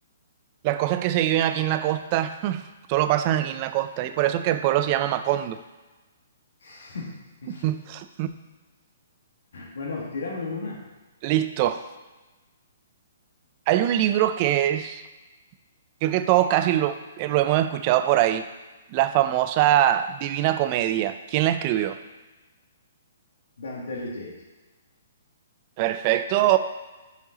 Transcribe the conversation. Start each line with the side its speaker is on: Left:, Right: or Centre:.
Right: las cosas que se viven aquí en la costa, <laughs> solo pasan aquí en la costa. Y por eso es que el pueblo se llama Macondo.
Left: <laughs>
Right: <laughs>
Left: Bueno, tírame una,
Right: Listo. Hay un libro que es, creo que todos casi lo, eh, lo hemos escuchado por ahí, la famosa Divina Comedia. ¿Quién la escribió?
Left: Dante Alighieri.
Right: Perfecto.